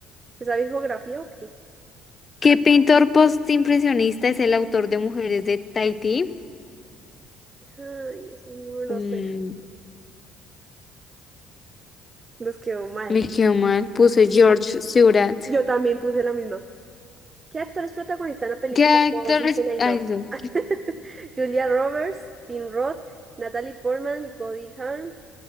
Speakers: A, on the right (about 30°); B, on the left (about 35°).
A: ¿Se sabe geografía o qué?
B: ¿Qué pintor postimpresionista es el autor de Mujeres de Tahití?
A: Ay, eso no lo
B: Mm,
A: sé. Nos quedó mal.
B: me quedó mal. Puse George Seurat.
A: Yo también puse la misma. ¿Qué actores protagonizan la película
B: ¿Qué actores?
A: Todos dicen I
B: Ay,
A: love
B: no.
A: you? <laughs> Julia Roberts, Tim Roth, Natalie Portman, Goldie Hawn,